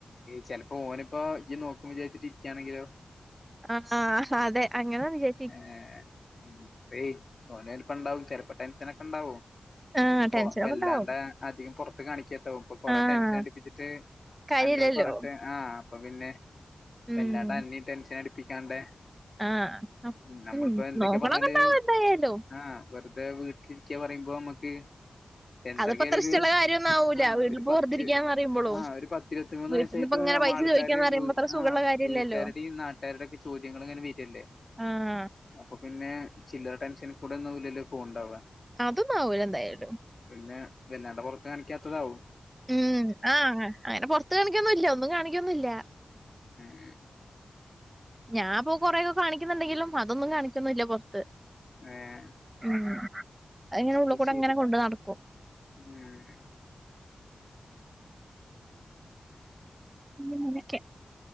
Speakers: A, on the left; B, on the right.
A: ചെലപ്പോ ഓന്പ്പോ ഇജ്ജ് നോക്കു വിചാരിച്ചിട്ടിരിക്കാണെങ്കിലോ
B: ആഹ് ഹ അതെ അങ്ങനൊന്നും ചെ
A: ഏഹ് ഓനെൽപ്പണ്ടാവും ചെൽപ്പ ടെൻഷനൊക്കെണ്ടാവും
B: ആഹ്
A: പിന്നെ പോ
B: ടെൻഷനൊക്കെ
A: ഒറപ്പല്ലാണ്ടേ
B: ഇണ്ടാവും
A: അധികം പൊറത്ത് കാണിക്കാത്താവും ഇപ്പൊ കൊറെ
B: ആഹ്
A: ടെൻഷൻ അടിപ്പിച്ചിട്ട്
B: കാര്യല്ലല്ലോ
A: അന്നോട് പറഞ്ഞ്ട്ട് ആഹ് അപ്പൊ പിന്നെ
B: ഉം
A: വെല്ലാണ്ട് അന്നിം ടെൻഷൻ അടിപ്പിക്കാണ്ടേ
B: ആഹ്
A: നമ്മളിപ്പോ
B: ഉം
A: എന്തൊക്കെ
B: നോക്കണൊക്കെ
A: പർഞ്ഞാല്
B: ഇണ്ടാവും എന്തായാലും
A: ആഹ് വെറുതെ വീട്ടിലിരിക്ക പറയുമ്പോ മ്മക്ക് എന്തർക്കായാലൊരു
B: അതിപ്പോ അത്ര ഇഷ്ടമുള്ള കാര്യമൊന്നും ആവൂല
A: ആഹ്
B: വീട്ടിൽ
A: ഒരു
B: ഇപ്പൊ
A: പത്തിരു
B: വെറുതിരിക്കാന്ന് പറയുമ്പോളും
A: ആഹ് ഒരു പത്തിരുപത്തി മൂന്ന്
B: വീട്ടിൽ
A: വയസ്
B: നിന്ന്
A: ചെയ്തുന്ന
B: ഇപ്പൊ ഇങ്ങനെ പൈസ
A: ആൾക്കാരിം
B: ചോദിക്കാന്ന് പറയുമ്പോ
A: വ്
B: അത്ര സുഖമുള്ള
A: ആഹ്
B: കാര്യമില്ലല്ലോ
A: വീട്ടാര്ടിം നാട്ടര്ടിം ഒക്കെ ചോദ്യങ്ങൾ ഇങ്ങനെ വര് അല്ലേ
B: ആഹ്
A: അപ്പൊ പിന്നെ ചില്ലറ ടെൻഷനിൽ കൂടെ ഒന്നാവൂലല്ലോ പോണ് ണ്ടാവാ
B: അധോന്നും ആവൂല എന്തായാലും
A: പിന്നെ പിന്നട് പൊറത്ത് കാണിക്കാത്തതാവോ?
B: ഉം ആഹ് അങ്ങനെ പൊർത്ത് കാണിക്കന്നുല്ല ഒന്നും കാണിക്കൊന്നൂല്ല
A: ഹ്മ്മ്
B: ഞാൻ ഇപ്പൊ കൊറേയൊക്കെ കാണിക്കുന്നുണ്ടെങ്കിലും അതൊന്നും കാണിക്കന്നുല്ല പൊർത്ത്
A: ഏഹ്
B: ഉം <unintelligible> ഇങ്ങനെ ഉള്ള്ക്കൂടെങ്ങനെ
A: അത് ശരി
B: കൊണ്ട് നട്ക്കും
A: ഉം
B: ഇന്ന്ങ്ങനെക്കെ